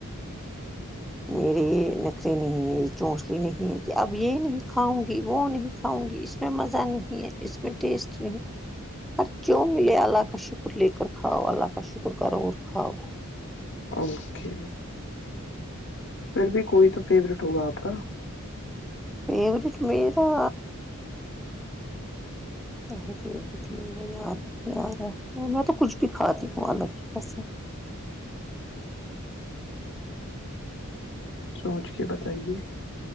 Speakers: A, in the centre; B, on the left.
A: میریے نخرے نہیں ہے چونچلے نہیں ہے کہ اب یہ نہیں کھاؤں گی وہ نہیں کھاؤں گی اس اس میں مزہ نہیں ہے اس میں ٹیسٹ نہیں پر جو ملے اللہ کا شکر لے کر کھاؤ اللہ کا شکر کرو اور کھاؤ
B: اوکے پھر بھی کوئی تو فیورٹ ہوگا آپ کا
A: فیورٹ میرا اس فیورٹ میرا د <inaudible> یار میں تو کچھ بھی کھاتی ہوں الللہ کی قسم
B: سوچ کے بتائیے